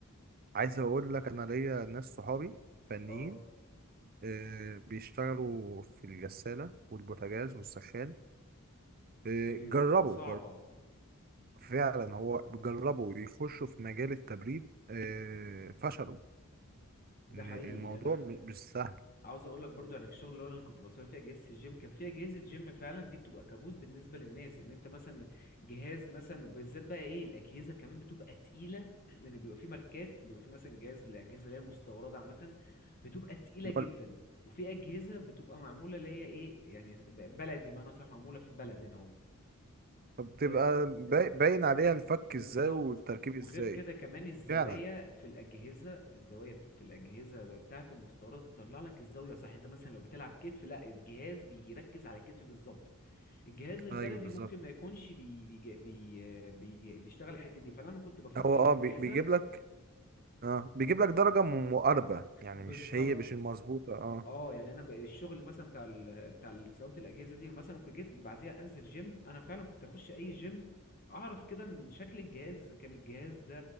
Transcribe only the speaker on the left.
اه
امم
ب- بتبقى
صعبة
ده
حقيقي
انا
عاوز اقول لك برضو يعني في الشغل اللي هو انا كنت بصمم فيها اجهزه الجيم كان فيها اجهزه جيم فعلا دي بتبقى كابوس بالنسبه للناس ان انت مثلا جهاز مثلا وبالذات بقى ايه الاجهزه كمان بتبقى تقيله <clears throat> لان بيبقى في ماركات بيبقى في مثلا جهاز الاجهزه اللي هي المستورده عامه بتبقى تقيله
جدا
وفي اجهزه بتبقى معموله اللي هي ايه يعني ب- بلدي ما انا صح معموله في البلد هنا
اهو
بالظبط
وغير
كده كمان الزوايا
في الأجهزة الزوايا في في الأجهزة بتاعة المستوردة بتطلع لك الزاوية صح انت مثلا لو بتلعب كتف لا الجهاز بيركز على الكتف بالظبط الجهاز البلدي
ممكن ما يكونش بي بي بي بي بيشتغل الحتة دي فلما كنت بفك
الأجهزة
بالظبط
اه يعني انا ب- الشغل مثلا بتاع ال... بتاع ال- صيانه الاجهزه دي مثلا كنت جيت بعديها انزل جيم انا فعلا كنت اخش اي جيم اعرف كده من شكل الجهاز اذا كان الجهاز ده